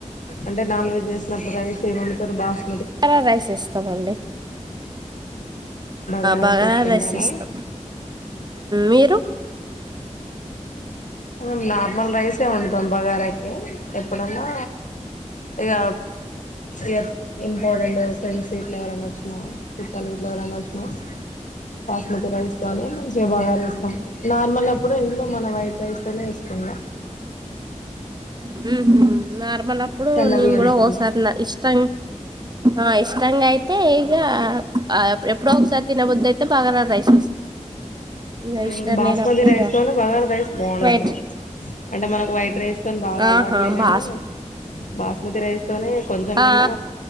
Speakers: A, on the left; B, on the right.
A: అంటే నాన్ వెజ్ వేసినప్పుడు రైస్ ఏంండుతారు బాస్
B: బార రైస్ చేస్తాం అండి
A: బగారా
B: బగార
A: వేసుకుంటారా
B: రైస్ చేస్తాం మీరు <inaudible>
A: ఆఓ మేము నార్మల్ రైసే వండుతాం బగారకి. ఎప్పుడన్నా ఇగ ఇగ ఇంపార్టెంట్ ఫ్రెండ్స్ గిట్ల ఎవరైనా వచ్చినా, చుట్టాలు గిట్ల ఎవరైనా వచ్చినా బాస్మతి రైస్ తోనీ మంచిగా బగార ఏస్తం నార్మల్. ఇప్పుడు ఎ లో మన వైట్ రైస్ తనే తిన్న
B: హ్ హ్ నార్ మల్లప్పుడు
A: తెల్ల
B: నేను
A: బియ్యంతోనే
B: గూడ ఒసారి నా ఇష్టం ఆ ఇష్టంగా అయితే ఈగ ఆ ఎప్ ఎప్పుడు ఒకసారి తినబుద అయిత్ తే బగారా రైస్ ఇక
A: ఊ
B: ఇష్టం
A: బాస్మతి
B: లేనప్పుడు
A: రైస్
B: ఇక
A: తోనే బగార రైస్ బాగుండదు
B: వైట్
A: అని అంటే మనం వైట్ రైస్ తొని బాగా అలవాట్లేగాని
B: ఆహా బాస్
A: బాస్మతి రైస్ తోని కొంచెం
B: ఆ
A: తిన్నా